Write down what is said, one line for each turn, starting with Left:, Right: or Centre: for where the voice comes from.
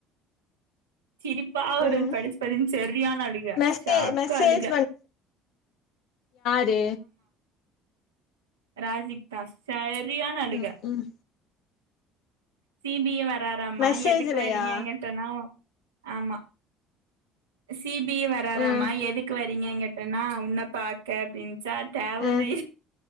Right: சிரிப்பா ஒரு
Left: ம்
Right: படிச்சு பத்தன்னனு சரியான அழுக
Left: மெசே
Right: சாக்க
Left: மெசேஜ்
Right: அழுக
Left: தே
Right: ராஜிகதா சாய பிரியான் அழிக
Left: ம் ம்
Right: சிபிஎ வே வரராமா
Left: மெசேஜ்லயா
Right: எதுக்கு வரீங்க கிட்டன்னா ஆமா சிபி வராராாமா
Left: ம்
Right: எதுக்கு கிட்டனா உன்னனை பாக்க அப்படின்னு சட்டெவமே
Left: ம்